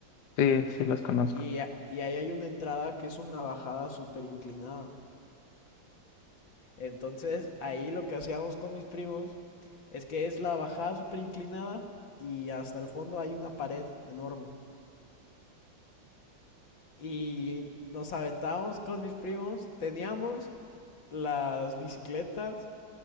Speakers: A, on the left; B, on the left.
A: Sí, sí los conozco.
B: Y, a- y ahí hay una entrada que es una bajada súper inclinada. Entonces ahí lo que hacíamos con mis primos es que es la bajada súper inclinada y hasta el fondo hay una pared enorme. Y nos aventábamos con mis primos, teníamos las bicicletas,